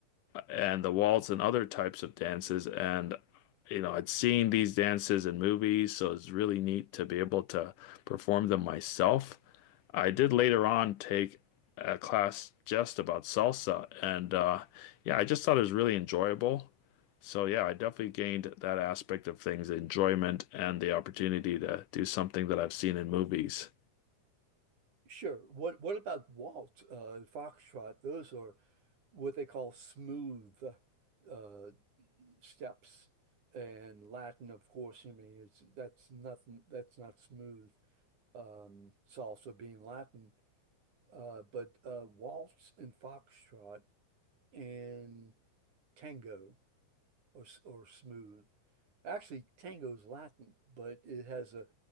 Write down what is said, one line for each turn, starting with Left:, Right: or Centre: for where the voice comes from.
Left: and the waltz and other types of dances. And, you know, I'd seen these dances in movies, so it's really neat to be able to perform them myself. I did later on take a class just about salsa, and uh, yeah, I just thought it was really enjoyable. So yeah, I definitely gained that aspect of things, enjoyment and the opportunity to do something that I've seen in movies.
Right: Sure. What what about waltz, uh, foxtrot? Those are what they call smooth uh, steps, and Latin, of course. I mean, it's that's nothing. That's not smooth. Um, salsa being Latin, uh, but uh, waltz and foxtrot and tango. or or smooth. Actually, tango's Latin, but it has a